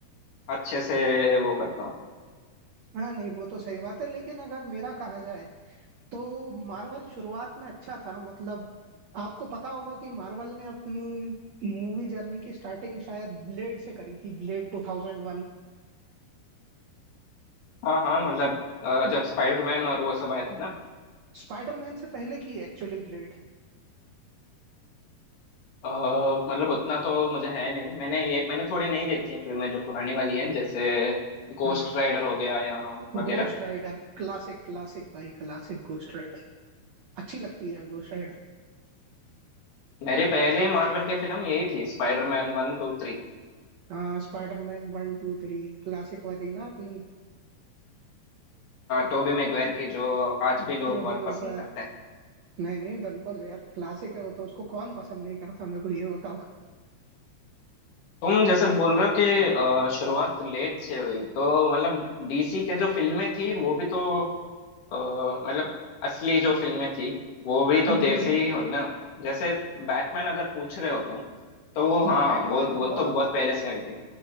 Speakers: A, on the left (about 70°); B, on the right (about 80°).
A: अच्छे से वो करता हूँ
B: हाँ नहीं वो तो सही बात है लेकिन अगर मेरा कहा जाए तो मार्वल शुरुआत में अच्छा था मतलब आपको पता होगा कि मार्वल ने अपनी मूवी जर्नी की स्टार्टिंग शायद ब्लेड से करी थी ब्लेड 2001
A: हाँ हाँ मतलब अ, जब स्पाइडरमैन और वो सब आया था ना
B: स्पाइडरमैन से पहले की एक्चुअली ब्लेड
A: अ, मतलब उतना तो मुझे है नहीं मैंने ये मैंने थोड़ी नहीं देखी हैं फिल्में जो पुरानी वाली हैं जैसे गोस्ट
B: हाँ
A: राइडर हो गया या वगैरह
B: गोस्ट राइडर क्लासिक क्लासिक भाई क्लासिक गोस्ट राइडर अच्छी लगती है यार गोस्ट राइडर
A: मेरे पहले मार्वल की फिल्म यही थी Spiderman one two three
B: हाँ Spiderman one two three classic वाली ना अपनी
A: Toby Maguire की जो आज भी लोग
B: टोबी
A: बहुत
B: मैगवायर
A: पसंद करते हैं
B: नहीं नहीं बिल्कुल यार क्लासिक है वो तो उसको कौन पसंद नहीं करता मेरे को ये बताओ
A: तुम जैसे बोल रहे हो कि अ, शुरुआत लेट से हुई तो मतलब डीसी के जो फिल्में थी वो भी तो अ, मतलब असली जो फिल्में थी वो भी तो
B: <laughs>
A: देर से ही हुई ना जैसे बैटमैन अगर पूछ रहे हो तुम तो वो हाँ
B: बैटमैन
A: वो
B: तो
A: वो
B: बहुत
A: तो बहुत पहले से हुई थी